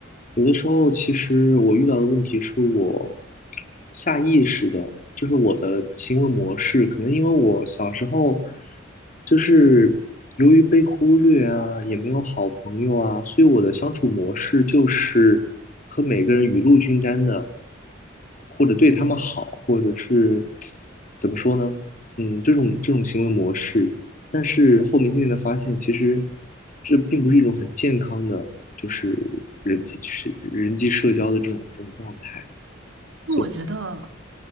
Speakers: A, on the left (about 40°); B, on the right (about 75°).
A: 有的时候，其实我遇到的问题是我下意识的，就是我的行为模式，可能因为我小时候就是由于被忽略啊，也没有好朋友啊，所以我的相处模式就是和每个人雨露均沾的，或者对他们好，或者是怎么说呢？嗯，这种这种行为模式。但是后面渐渐的发现，其实这并不是一种很健康的。就是人际社人际社交的这种这种状态，所以
B: 就我觉得